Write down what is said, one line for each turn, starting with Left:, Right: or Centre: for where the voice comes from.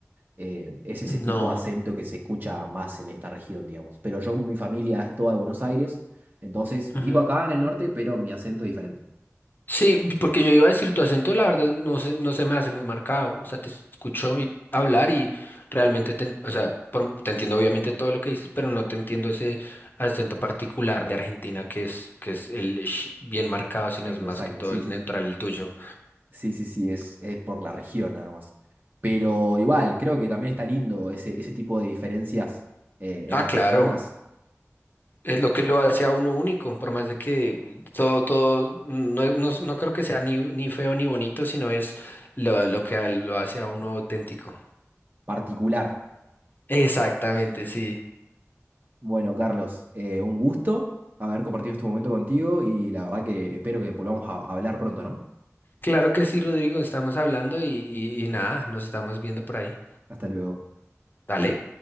Right: eh, es ese
Left: No.
Right: tipo de acento que se escucha más en esta región, digamos. Pero yo, como mi familia es toda de Buenos Aires, entonces vivo
Left: ujú.
Right: acá en el norte, pero mi acento es diferente.
Left: Sí, porque yo iba a decir tu acento, la verdad, no se, no se me hace muy marcado. O sea, te escucho y hablar y realmente te, en- o sea, por- te entiendo obviamente todo lo que dices, pero no te entiendo ese acento particular de Argentina que es, que es el sh bien marcado, sino
Right: Exacto,
Left: es más
Right: exacto,
Left: que todo
Right: sí,
Left: el
Right: sí,
Left: neutral
Right: sí.
Left: el tuyo.
Right: Sí, sí, sí, es, es por la región nada más. Pero igual, creo que también está lindo ese, ese tipo de diferencias eh, en
Left: Ah,
Right: las
Left: claro.
Right: personas,
Left: Es lo que lo hace a uno único, por más de que todo, todo, no, es- no, es- no creo que sea ni, ni feo ni bonito, sino es lo, lo que a- lo hace a uno auténtico.
Right: particular.
Left: Exactamente, sí.
Right: Bueno, Carlos, eh, un gusto haber compartido este momento contigo y la verdad que espero que volvamos a hablar pronto, ¿no?
Left: Claro que sí, Rodrigo, estamos hablando y, y y nada, nos estamos viendo por ahí.
Right: Hasta luego.
Left: Dale.